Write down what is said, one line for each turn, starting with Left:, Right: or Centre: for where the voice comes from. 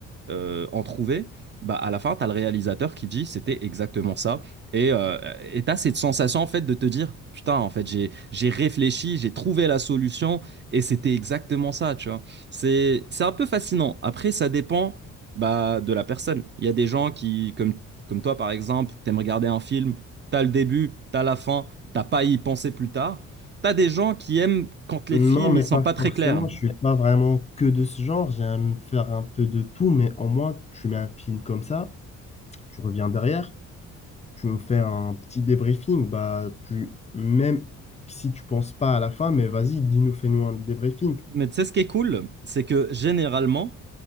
Right: euh, ont trouvé bah, à la fin, tu as le réalisateur qui dit c'était exactement ça. Et euh, et tu as cette sensation en fait de te dire putain, en fait, j'ai, j'ai réfléchi, j'ai trouvé la solution et c'était exactement ça, tu vois. C'est, c'est un peu fascinant. Après, ça dépend bah, de la personne. Il y a des gens qui, comme, comme toi par exemple, t'aimes regarder un film, t'as le début, t'as la fin, t'as pas à y penser plus tard. T'as des gens qui aiment quand les
Left: Non,
Right: films
Left: mais
Right: ils sont
Left: pas
Right: pas très
Left: forcément.
Right: clairs.
Left: Je suis pas vraiment que de ce genre. J'aime faire un peu de tout, mais au moins, tu mets un film comme ça, tu reviens derrière, tu me fais un petit débriefing. Bah, tu, même si tu penses pas à la fin, mais vas-y, dis-nous, fais-nous un débriefing.
Right: Mais tu sais ce qui est cool, c'est que généralement,